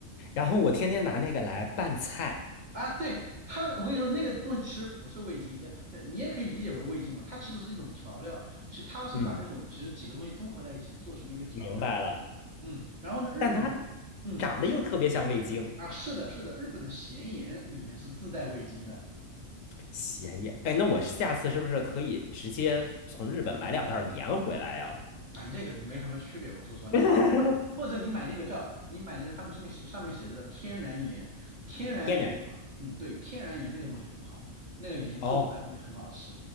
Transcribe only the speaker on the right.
啊，对，它，我跟你说，那个东西其实不是味精，也对你也可以理解为味精嘛，它其实是一种调料，其实它是把那种其实几个东西综合在一起做成了一个调料，
嗯，然后呢，日本的，
嗯，
啊，是的，是的，日本的咸盐里面是自带味精的。
反正这个都没什么区别，我说实话，你啊，
或或者你买那个叫你买那个他们上面写上面写的叫天然盐，天然盐的话，
嗯，对，天然盐那个东西很好，那个盐做出来的东西很好吃